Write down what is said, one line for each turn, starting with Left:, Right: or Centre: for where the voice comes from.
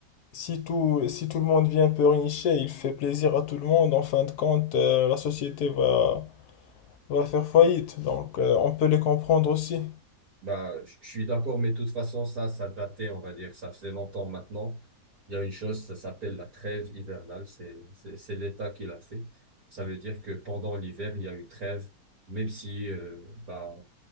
Left: si tout, si tout le monde vient un peu richer, il fait plaisir à tout le monde, en fin de compte, euh, la société va, va faire faillite, donc euh, on peut les comprendre aussi.
Right: bah, je je suis d'accord, mais de toute façon, ça, ça datait, on va dire, ça faisait longtemps maintenant. Il y a une chose, ça s'appelle la trêve hivernale, c'est, c'est, c'est l'État qui l'a fait. Ça veut dire que pendant l'hiver, il y a une trêve, même si, euh, bah,